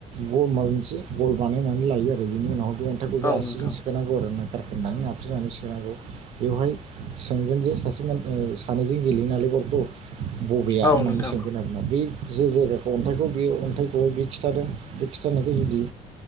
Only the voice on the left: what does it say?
औ
नोंथां
औ
नोंथां